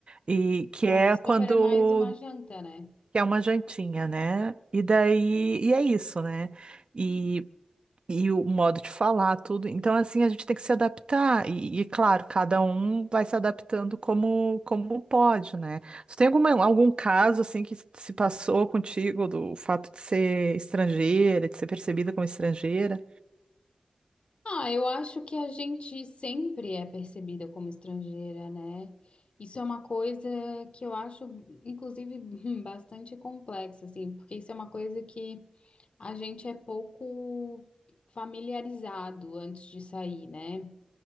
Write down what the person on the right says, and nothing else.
E que
é
quando...
que É uma jantinha, né? E daí, e é isso, né? e e o modo de falar, tudo. Então, assim, a gente tem que se adaptar. E, e, claro, cada um vai se adaptando como, como pode, né? Tu tem alguma, algum caso, assim, que se passou contigo do fato de ser estrangeira, de ser percebida como estrangeira?